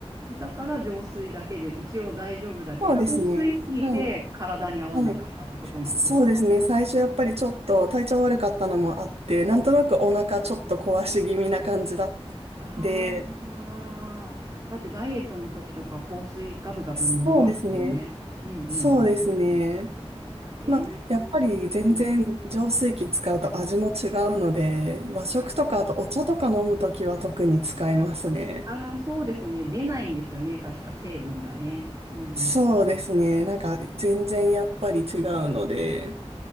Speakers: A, on the right; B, on the right.
A: だから浄水だけで一応大丈夫だけど、
B: そうですね。
A: 硬水すぎて体に合わなかったってことなんですか
B: はい。はい。そうですね。最初やっぱりちょっと体調悪かったのもあって、なんとなくお腹ちょっと壊し気味な感じだっ
A: あ
B: で、
A: あ、だってダイエットの時とか香水ガブガブ飲みますもんね。
B: そうですね。
A: うんうんうん。
B: そうですね。
A: えー、
B: まあ、やっぱり全然浄水器使うと味も違うので、
A: うん。
B: 和食とかあとお茶とか飲むときは特に使いますね。
A: あ、うん、あー、そうですよね。出ないんですよね。確か成分がね。うんうん。
B: そうですね。なんか全然やっぱり違うので。